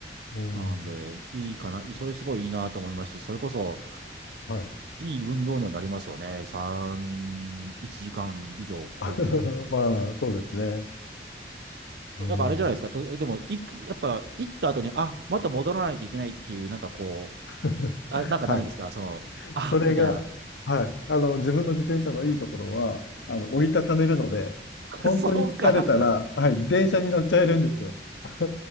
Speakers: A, on the left; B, on the right.
A: うん。
B: なんで、いいかな、それすごいいいなと思いますし、それこそ
A: はい。
B: いい運動にはなりますよね。3、1時間以上超いでるわけで。
A: <laughs> まあ、そうですね。
B: でもなんかあれじゃないですか、
A: うん。
B: とでもい、やっぱ行った後に、あ、また戻らないといけないっていう、なんかこ
A: <laughs>
B: う、あ、なんかないんですか、
A: はい。
B: その、あ、
A: それが、
B: みたいな。
A: はい。あの、自分の自転車のいいところは、あの、折りたためるので、
B: <laughs>
A: 本当に疲れたら、
B: そうか。
A: はい、電車に乗っちゃえるんですよ。<laughs>